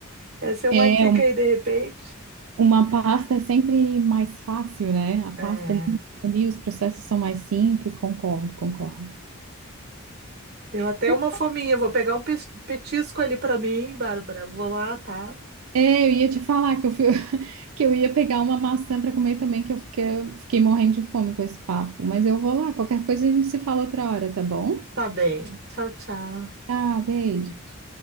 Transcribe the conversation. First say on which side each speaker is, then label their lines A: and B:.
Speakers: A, on the right; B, on the right.
A: Essa é uma
B: É,
A: dica aí, de repente.
B: Uma pasta é sempre mais fácil, né? A pasta
A: É.
B: ali, ali os processos são mais simples, concordo, concordo.
A: Deu até
B: Então,
A: uma fominha. Vou pegar um pes- petisco ali pra mim, Bárbara. Vou lá, tá?
B: é, eu ia te falar que eu fui, <laughs> que eu ia pegar uma maçã para comer também, que eu fiquei, fiquei morrendo de fome com esse papo. Mas eu vou lá, qualquer coisa a gente se fala outra hora, tá bom?
A: Tá bem. Tchau, tchau.
B: Tá, beijo.
A: Beijo.